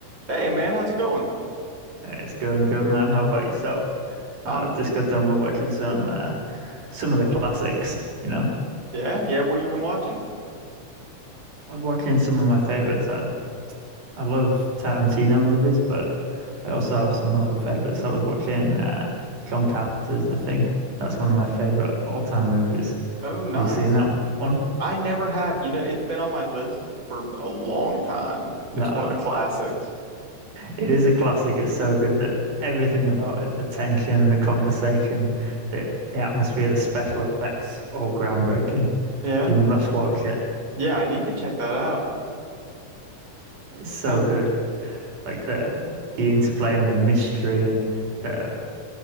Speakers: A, on the right; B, on the right.
A: Hey man, how's it going?
B: Uh, It's going good, man. How about yourself?
A: Um,
B: Uh, just got done with watching some uh, some of the classics, you know.
A: yeah, yeah, what have you been watching?
B: I was watching some of my favorites. I, I love Tarantino movies, but I also have some other favorites. I was watching uh, John Carpenter's The Thing. That's one of my favorite all-time movies.
A: Oh, nice.
B: Have you seen that one?
A: I never have. You know, it's been on my list for a long time.
B: No,
A: It's one of the classics.
B: it is a classic. It's so good that everything about it, the tension, the conversation, the the atmosphere, the special effects, all groundbreaking.
A: Yeah.
B: You must watch it.
A: Yeah, I need to check that out.
B: It's so
A: Huh.
B: good. Like the the interplay and the mystery and the